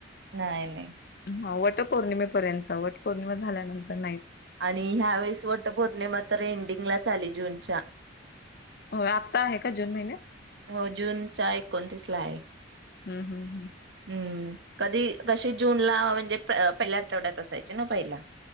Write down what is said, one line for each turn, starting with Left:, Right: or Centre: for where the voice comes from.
Right: नाही नाही
Left: ह वटपौर्णिमेपर्यंत वटपौर्णिमा झाल्यानंतर नाही.
Right: आणि ह्यावेेळेस वट पौर्णिमा तर एंडिंगलाच आली जूनच्या.
Left: हो आत्ता आहे का जून महिन्यात?
Right: हो जून चा एकोणतीस ला आहे.
Left: हम्म हम् हम्
Right: हम्म कधी कशी जूनला म्हणजे प पहिल्या आठवड्यात असायचे ना पहिला.